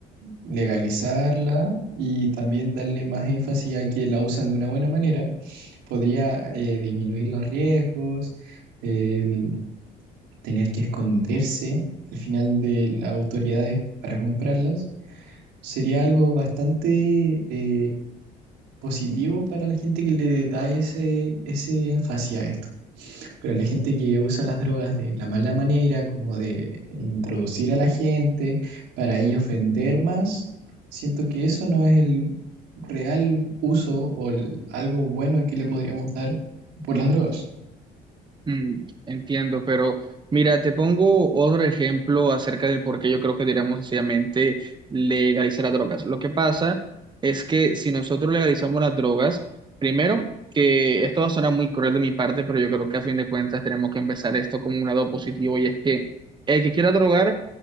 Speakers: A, on the right; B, on the right.
A: legalizarla y también darle más énfasis a que la usan de una buena manera, podría eh, disminuir los riesgos, el tener que esconderse al final de las autoridades para comprarlas. Sería algo bastante eh, positivo para la gente que le da ese, ese énfasis a esto, pero la gente que usa las drogas de la mala manera, como de introducir a la gente para ellos vender más, siento que eso no es el real uso o el- algo bueno que le podríamos dar por las drogas.
B: Mm, entiendo, pero mira, te pongo otro ejemplo acerca del por qué yo creo que diríamos sencillamente legalizar las drogas. Lo que pasa es que si nosotros legalizamos las drogas, primero, que esto va a sonar muy cruel de mi parte, pero yo creo que a fin de cuentas tenemos que empezar esto como un lado positivo y es que el que quiera drogar,